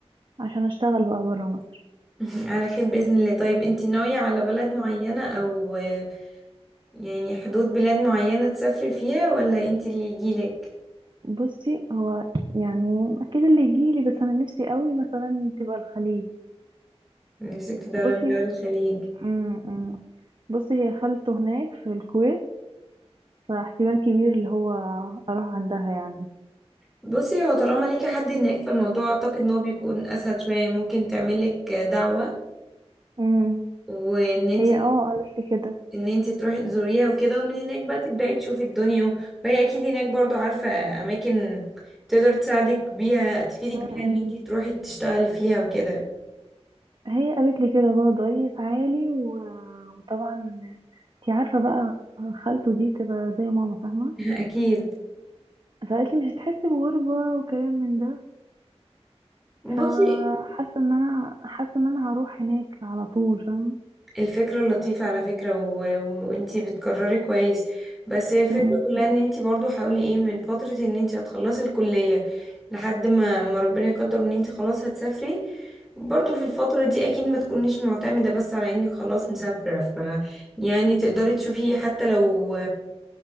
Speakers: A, on the right (about 45°); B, in the centre.
A: عشان اشتغل بقى برا مصر
B: <laughs> على خير بإذن الله طيب انت ناوية على بلد معينة او آه، يعني حدود بلاد معينة تسافري فيها ولا انت اللي يجيلك
A: بصي هو يعني اكيد اللي يجيلي بس انا نفسي قوي مثلا تبقى الخليج
B: نفسك في دولة
A: بصي
B: من دول الخليج
A: م -م. بصي هي خالته هناك في الكويت فاحتمال كبير اللي هو اروح عندها يعني
B: بصي هو طالما ليكي حد هناك فالموضوع اعتقد ان هو بيكون اسهل شوية ممكن تعملك دعوة
A: امم
B: وان انت
A: هي اه قالت لي كده
B: ان انت تروحي تزوريها وكده ومن هناك بقى تبدأي تشوفي الدنيا و- وهي اكيد هناك برضو عارفة اماكن تقدر تساعدك بيها تفيدك
A: امم
B: بيها ان انت تروحي تشتغلي فيها وكده
A: هي قالت لي كده برضه قالت لي تعالي و... وطبعا انتي عارفة بقى خالته دي تبقى زي ماما فاهمة
B: <laughs> اكيد
A: فقالت لي مش هتحسي بغربة وكلام من ده
B: بصي
A: فحاسة ان انا حاسة ان انا هروح هناك على طول فاهمة
B: الفكرة لطيفة على فكرة و... و- وانتي بتكرري كويس بس هي الفكرة
A: امم
B: كلها ان انتي برضو حاولي ايه من فترة ان انتي هتخلصي الكلية لحد ما, ما ربنا يقدر ان انتي خلاص هتسافري برضو في الفترة دي اكيد ما تكونيش معتمدة بس على انك خلاص مسافرة ف يعني تقدري تشوفي حتى لو